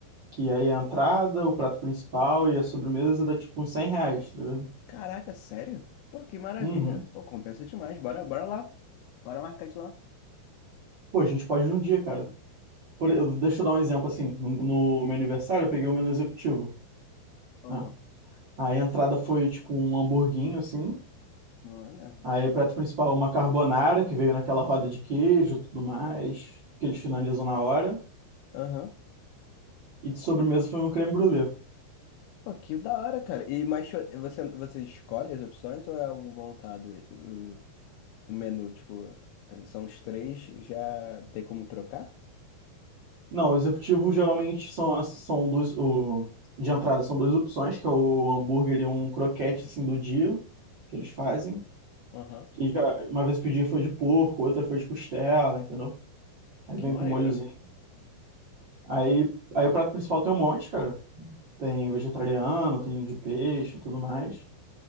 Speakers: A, on the right; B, on the left.
A: Que aí a entrada, o prato principal e a sobremesa dá tipo uns 100 reais, tá ligado?
B: Caraca, sério? Pô, que maravilha.
A: Uhum.
B: Pô, compensa demais. Bora, bora lá. Bora marcar de lá.
A: Pô, a gente pode ir num dia, cara. Por- eu- deixa eu dar um exemplo assim. No, no meu aniversário, eu peguei o menu executivo,
B: Aham.
A: né? Aí a entrada foi tipo um hamburguinho, assim.
B: Olha.
A: Aí o prato principal, uma carbonara, que veio naquela roda de queijo e tudo mais, que eles finalizam na hora.
B: Aham.
A: E de sobremesa foi um creme brulee.
B: Pô, que da hora, cara. E mas cho- você, você escolhe as opções ou é algo montado? Uh, o menu, tipo, são os três, já tem como trocar?
A: Não, o executivo geralmente são, as- são dois. O, de entrada são duas opções, que é o hambúrguer e um croquete assim do dia que eles fazem.
B: Aham.
A: Que já, uma vez eu pedi foi de porco, outra foi de costela, entendeu?
B: Pô,
A: Aí
B: que
A: vem
B: maneiro.
A: com um molhozinho. Aí, aí o prato principal tem um monte, cara. Tem vegetariano, tem de peixe, e tudo mais.